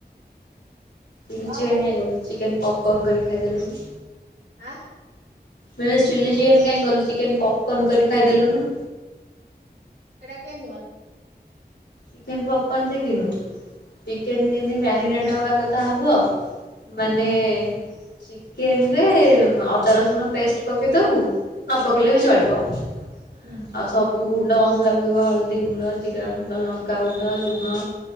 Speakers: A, on the left; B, on the right.
A: ଚିଲି
B: ଆଁ
A: ଚିକେନ୍ କାଇଁ କଲୁ ଚିକେନ ପପ୍ କର୍ଣ୍ଣ କରି ଖାଇଦେଲୁନି।
B: ଆଁ
A: ମୁଁ <unintelligible> ଚିଲ୍ଲି ଚିକେନ୍ କାଇଁ କଲୁ ଚିକେନ ପପ୍ କର୍ଣ୍ଣ କରି ଖାଇଦେଲୁନି।
B: ସେଟା କେମତି ହଏ
A: ଚିକେନ ପପ୍ କର୍ଣ୍ଣ ସିଖିନୁ ଚିକେନ ଯେମିତି ମ୍ୟାରିନେଟ୍ ହବା କଥା ହବ
B: ହୁଁ
A: ମାନେ ଚିକେନ ରେ ଅଦା ରସୁଣ ପେଷ୍ଟ ପକେଇଦବୁ। ନ <inaudible> କେଇଲେ ବି ଚଳିବ ଆଉ
B: ହୁଁ
A: ସବୁ ଗୁଣ୍ଡ ମସଲା ପକେଇବୁ ହଳଦୀଗୁଣ୍ଡ ଜିଗାଗୁଣ୍ଡ ଲାଙ୍କ ଙ୍କା ଗୁଣ୍ଡ ଲୁଣ